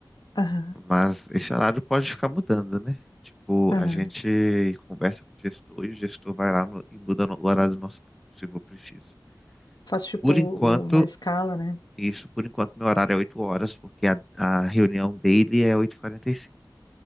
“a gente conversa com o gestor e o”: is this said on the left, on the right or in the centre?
Centre